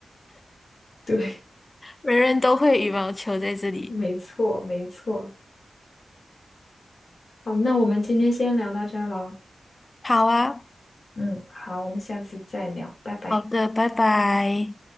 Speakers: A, on the left (about 45°); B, on the left (about 25°).
A: 对，<laughs>
B: <laughs> 人人都会羽毛球在这里。
A: 没错，没错。好，那我们今天先聊到这儿了，
B: 好啊，
A: 嗯，好，我们下次再聊，拜拜。
B: 好的，拜拜。